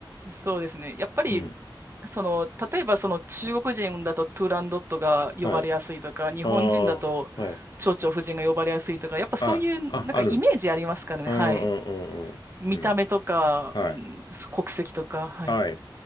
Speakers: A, on the right; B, on the left.
A: そうですね。やっぱり、
B: うん。
A: その、例えばその中国人だとトゥーランドットが呼ばれやすいとか、
B: はい。
A: 日本人だと蝶々夫人が呼ばれやすいとか、
B: ああ、はい。
A: やっぱそういうなんかイメージありますからね。
B: あ、あ、ある。うんうんうんうん。
A: はい。見た目とか、
B: うん。はい。
A: うん、国籍とか、はい。
B: はい。